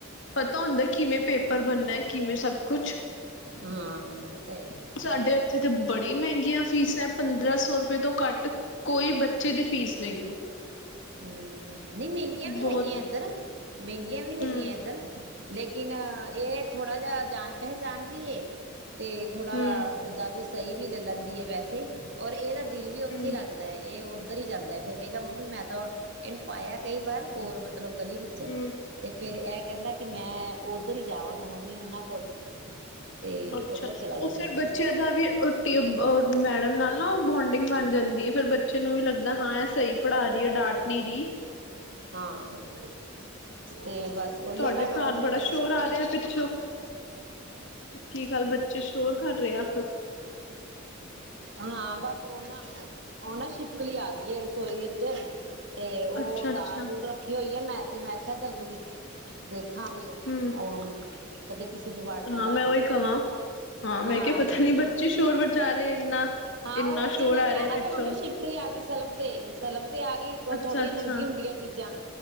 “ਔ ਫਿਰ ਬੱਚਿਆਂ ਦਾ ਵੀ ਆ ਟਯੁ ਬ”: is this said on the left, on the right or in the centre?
Left